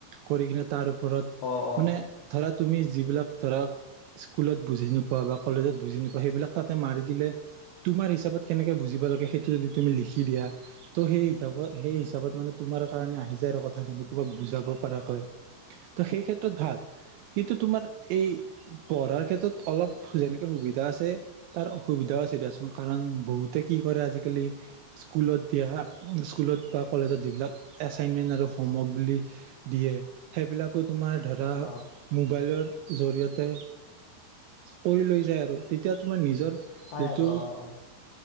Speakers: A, on the right; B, on the left.
A: কৰি কিনে তাৰ ওপৰত
B: অ অ
A: মানে ধৰা তুমি যিবিলাক ধৰা স্কুলত বুজি নোপোৱা বা কলেজত বুজি নোপোৱা সেইবিলাক তাতে মাৰি দিলে, তোমাৰ হিচাপত কেনেকে বুজিব লাগে সেইটো যদি তুমি লিখি দিয়া, ত' সেই হিতাপত সেই হিচাপত মানে তোমাৰ কাৰণে আহি যায় আৰু কথাখিনি তোমাক বুজাব পৰাকৈ। তো সেই ক্ষেত্ৰত ভাল। কিন্তু তোমাৰ এই পঢ়াৰ ক্ষেত্ৰত অলপ যেনেকে সুবিধা আছে, তাৰ অসুবিধাও আছে দিয়াচোন, কাৰণ বহুতে কি কৰে আজিকালি স্কুলত দিয়া স্কুলত বা কলেজত যিবিলাক এছাইনমেণ্ট আৰু হোমৱৰ্ক বুলি দিয়ে, সেইবিলাক আকৌ তোমাৰ ধৰা,
B: অ
A: মোবাইলৰ জৰিয়তে কৰি লৈ যায় আৰু। তেতিয়া তোমাৰ নিজৰ
B: চাই
A: যিটো
B: আৰু অ অ